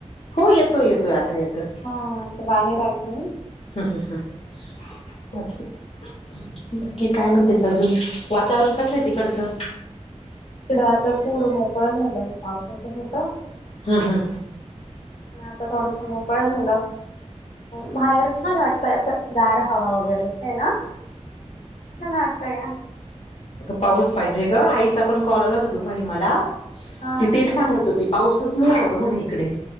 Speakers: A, on the left; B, on the left.
A: हो येतोय येतोय आता येतोय.
B: हा आता बाहेर आलीय.
A: हम्म हम्म हम्म <unintelligible> बाकी काय म्हणतेस अजून. वातावरण कसं आहे तिकडचं?
B: इकडं आता थोडं मोकळं झालं. पावसाचं होतं.
A: हा हा
B: आता थोडस मोकळ झालं. बाहेर छान वाटत. असं गार हवा वगैरे येतेय ना. छान वाटतय.
A: पाऊस पाहिजे ग आईचा आपण कॉल आला होता दुपारी मला
B: हा
A: ति तेच सांगत होती. पाऊसच नाही आग म्हणे इकडे.